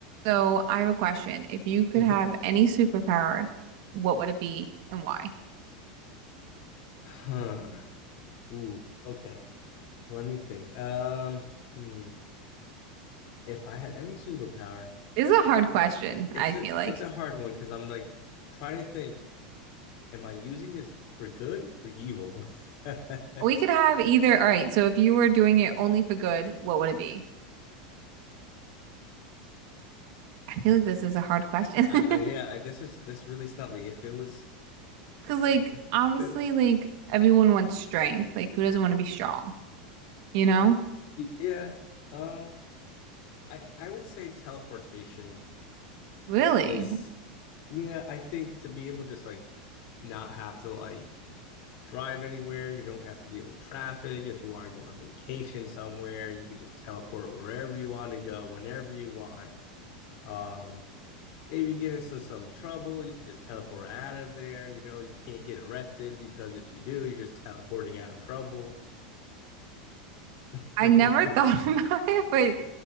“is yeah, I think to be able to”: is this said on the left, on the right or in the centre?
Left